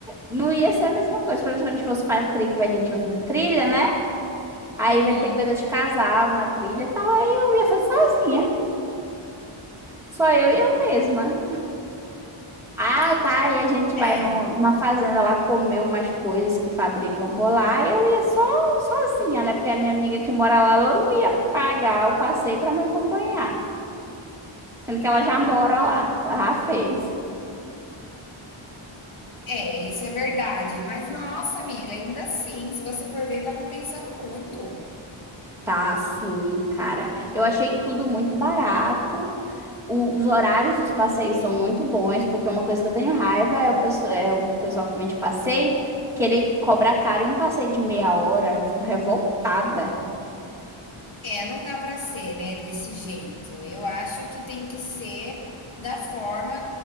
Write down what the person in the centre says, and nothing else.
não ia ser a mesma coisa. Pelo menos quando a gente fosse pra trilha, que vai ter, a gente vai fazer trilha, né? Aí
vai ter coisa de casal na trilha e tal, aí eu ia fazer sozinha. Só eu e eu mesma. Ah,
tá. E a gente vai
no- numa fazenda lá comer umas coisas que fabricam por lá. E eu ia só sozinha, né? Porque a minha amiga que mora lá, ela não ia pagar o passeio para me acompanhar. Sendo que ela já mora lá, ela já fez.
Tá, sim, cara. Eu achei tudo muito barato. O- os horários dos passeios são muito bons, porque uma coisa que eu tenho raiva é o, pesso- é o pessoal que vem de passeio querer cobrar caro em um passeio de meia hora. Eu fico revoltada.